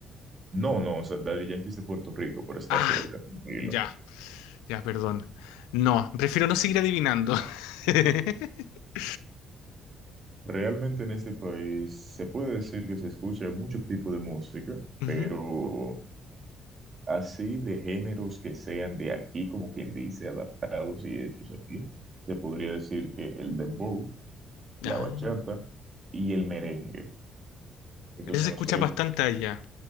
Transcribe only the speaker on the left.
Ah,
ya, ya, perdón. No, prefiero no seguir adivinando. <laughs>
Ujú.
Ah,
eso
se escucha
bastante allá.